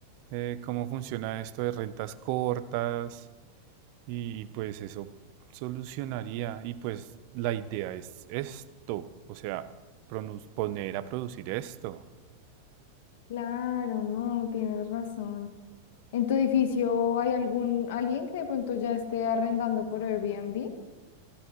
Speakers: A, on the right (about 50°); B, on the left (about 60°).
A: eh, cómo funciona esto de rentas cortas, Y, y pues eso solucionaría. Y pues la idea es esto, o sea, pronu- poner a producir esto.
B: Claro, no, tienes razón. ¿En tu edificio hay algún alguien que de pronto ya esté arrendando por Airbnb